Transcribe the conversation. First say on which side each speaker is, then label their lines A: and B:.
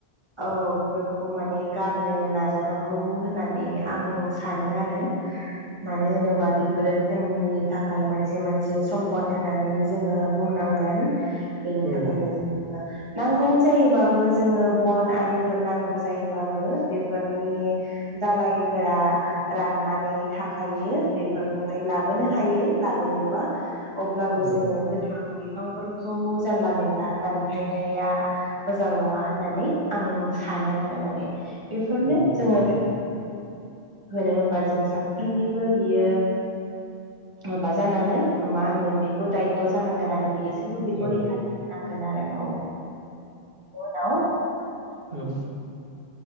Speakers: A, on the right; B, on the right.
A: औ बेफोरखौ माने गारनो नाजानांगौ होननानै आं सानो आरो
B: <inaudible>
A: मानो होनोबा बिफोरो जोंनि थाखाय मोनसे मोनसे सम्फद होननानै जोंङो बुंनांगोन। बेनि
B: औ
A: थाखायनो जों नांगौ जायोबाबो जोंङो बन आरिफोर नांगौ जायोबाबो बेफोरनि दालायफोरा राननानै थाखायो बेफोरखौहाय लाबोनो हायो लाबोयोबा अब्लाबो
B: औ
A: जोङो फां बिफांफोरखौ जानला मेनला दानफायनाया मोजां नङा होननानै आं सानो आरो माने बेफोरनो
B: औ
A: जोङो
B: नोंथां
A: होनो होमबा जों साफ्रोमनिबो बियो माबा जानांगोन मा होनगोन बेखौ दायथ' जानांगोन आरो बेसैबो बेखौ
B: औ
A: रैखा नांगोन आरो औ औ
B: औ